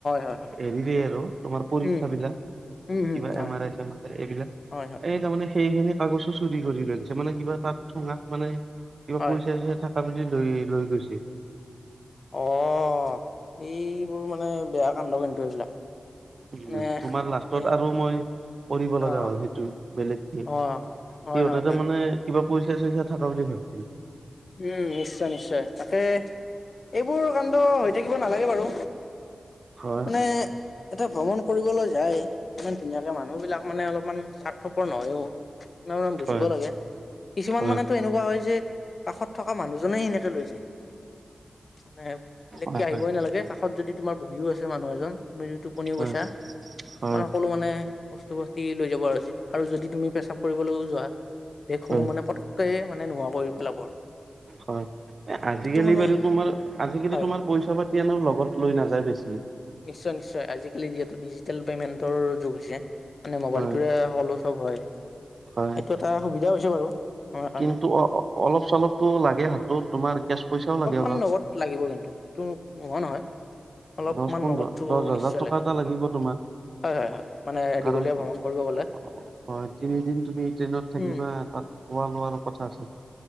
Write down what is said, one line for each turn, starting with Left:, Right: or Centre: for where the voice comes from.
Left: হয় হয়
Right: হেৰিৰে আৰু তোমাৰ পৰীক্ষা
Left: উম
Right: বিলাক-
Left: উম উম
Right: কিবা
Left: হয়
Right: এম R I same R I এইবিলাক,
Left: হয় হয়
Right: এই তাৰমানে সেইখিনিত- কাগছো চুৰি কৰি লৈছে মানে কিবা তাত থুঙাত মানে কিবা
Left: হয়
Right: পইচা চৈচা থা- লৈ লৈ গৈছে।
Left: অঁ, এইবোৰ মানে বেয়া কাণ্ড কিন্তু এইবিলাক।
Right: উম,
Left: মানে
Right: তোমাৰ লাষ্টত
Left: এ
Right: আৰু মই কৰিব লগা
Left: অ
Right: হ'ল সেইটো বেলেগকে।
Left: অ হয়
Right: সিহঁতে
Left: হয়
Right: তাৰ
Left: হয়
Right: মানে কিবা পইচা চইচা থকা বুলি ভাবিছিল।
Left: উম, নিশ্চয় নিশ্চয়। তাকে- এইবোৰ কাণ্ড হৈ থাকিব নালাগে বাৰু
Right: হয়
Left: মানে-
Right: হয়
Left: এটা ভ্ৰমণ কৰিবলৈ যায় ইমান ধুনীয়াকে মানুহ বিলাক মানে অলপমান স্বাৰ্থপৰ নহয়ওঁ, - নহয় মানে বুজিব
Right: হয়
Left: লাগে। কিছুমান
Right: হয়
Left: মানেতো এনেকুৱা হয় যে- কাষত থকা মানুহজনেই এনেকে লৈ যায় মানে বেলেগকে
Right: হয়
Left: আহিবই
Right: হয়
Left: নালাগে, কাষত যদি- তোমাৰ বহিও আছে মানুহ এজন, তুমি যদি টোপনিও
Right: হয়
Left: গৈছা-
Right: হয়
Left: তোমাৰ সকলো মানে বস্তু বস্তি লৈ যাব আজি আৰু যদি তুমি প্ৰশ্ৰাৱ কৰিবলৈও যোৱা- বেগসমূহ
Right: হয়
Left: মানে পতকৈ মানে নোহোৱা কৰি পেলাব আৰু।
Right: হয়। এ আজিকালি
Left: সেইটো মানে
Right: বাৰু তোমাৰ আজিকালি
Left: হয়
Right: তোমাৰ পইচা পাতি এনেও লগত লৈ নাযায় বেছি।
Left: নিশ্চয় নিশ্চয়, আজিকালি যিহেতু ডিজিটেল পেমেন্টৰ যুগ হৈছে মানে মবাইলটোৰে
Right: হয়,
Left: সকলো, - চব হয়,
Right: হয়।
Left: এইটো এটা সুবিধাও হৈছে বাৰু। আমাৰ কাৰণে
Right: কিন্তু অ অলপ চলপটো লাগে হাতত তোমাৰ কেচ পইচাও লাগে অলপ।
Left: লগত লাগিব কিন্তু সেইটো নোহোৱা নহয়। অলপমান
Right: দহ- পোন্ধৰ
Left: নগদটো
Right: দহ হাজাৰ
Left: নিশ্চয়
Right: টকা
Left: লাগে
Right: এটা লাগিব তোমাৰ।
Left: হয় হয় হয় মানে
Right: কাৰণ-
Left: দীঘলীয়া ভ্ৰমণ
Right: হয়,
Left: কৰিব গ'লে
Right: তিনিদিন তুমি ট্ৰেইনত থাকিবা
Left: উম
Right: তাত খোৱা লোৱাৰো কথা আছে।